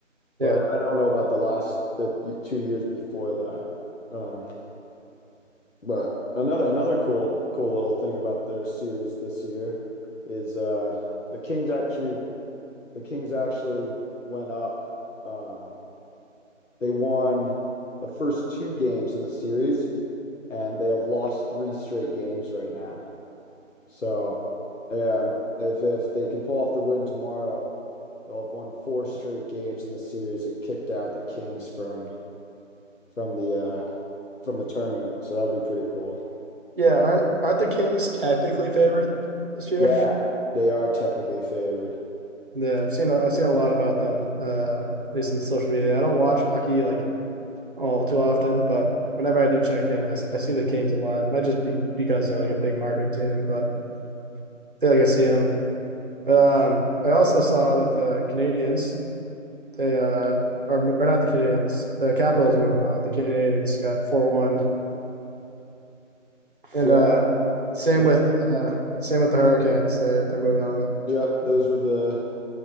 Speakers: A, on the right; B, on the left.
A: Yeah.
B: But I don't know about the last the y- two years before that. Um, but another another cool cool little thing about their series this year is uh, the Kings actually the Kings actually went up. Um, They won the first two games in the series, and they have lost three straight games right now. So, um, if if they can pull off the win tomorrow, they'll have won four straight games in the series and kicked out the Kings from from the uh from the tournament. So that'd be pretty cool.
A: Yeah, aren't aren't the Kings tactically favored this year?
B: Yeah, they are technically favored.
A: Yeah, I've seen a, I've seen a lot about them, uh, at least in social media. I don't watch hockey like all too often, but whenever I do check in, I I see the Kings a lot. It might just be because they're like a big market team, but I feel like I see them. But um, I also saw that the Canadians they uh are or not the Canadians, the Capitals are moving on. The Canadians got four one, and
B: Yeah.
A: uh, same
B: the-
A: with uh, same with the Hurricanes. They they're moving on.
B: yep. Those were the